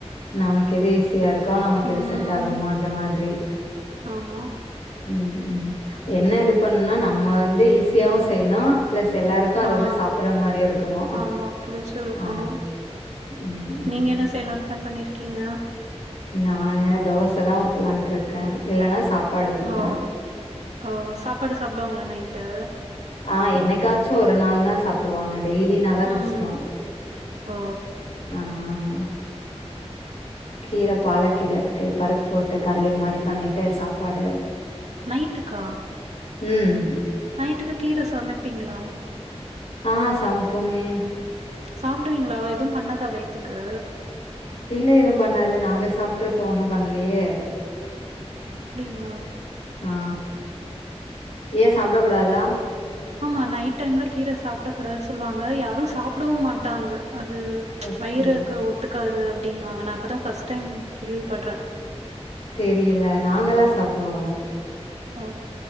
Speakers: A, on the left; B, on the right.
A: நமக்கு எது ஈஸியா இருக்கோ நமக்கு
B: ம்
A: எது செட் ஆகுமோ அந்த மாதிரி
B: ஆமா
A: ம் ம் என்ன இது பண்ண நம்ம வந்து ஈஸியாவு செய்ணு பிளஸ் எல்லாருக்கு அது
B: ஆ
A: வந்து சாப்பர்ற மாதிரியு இருக்கணு
B: ஆமா புடிச்சிருக்கணு
A: ஆ ம் ம்
B: நீங்க என்ன செய்யலான்னு பிளான் பண்ணியிருக்கீங்க
A: நானு தோச தா ஊத்தலான்ருக்க இல்லன்னா சாப்பாடு வெப்ப
B: ஓ ஓ சாப்பாடு சாப்புடுவாங்களா நைட்டு
A: ஆ என்னைக்காச்சு ஒரு நாள்னா சாப்புடுவாங்க டெய்லினாதா கஷ்டோ
B: ம் ஓ
A: ம்
B: <inaudible>
A: கீர பாலக்கீர இருக்கு பருப்பு போட்டு கடையல் மாரி பண்ணீட்டு சாப்பாடு
B: நைட்டுக்கா
A: ம்
B: நைட்டுக்கு கீர சமைப்பிங்ளா
A: ஆ சமப்போமே
B: சாப்டுவீங்களா எதுவு பண்ணாதா வயித்துக்கு
A: இல்ல எதுவு பண்ணாது நாங்க சாப்ட்ருக்கோ ஒன்னு பண்லயே
B: அப்டியா
A: ஆ ஏ சாப்ட கூடாதா
B: ஆமா நைட் டைம்ல் கீர சாப்பட கூடாது சொல்லுவாங்க யாரு சாப்புடவு மாட்டாங்க அது
A: ஓகே.
B: வயிறுக்கு ஒத்துக்காது அப்டின்னுவாங்க நா இப்பதா ஃபஸ்ட் டைம் கேள்வி படுறே
A: தெரீல நாங்களா சாப்டுவோ
B: ஓ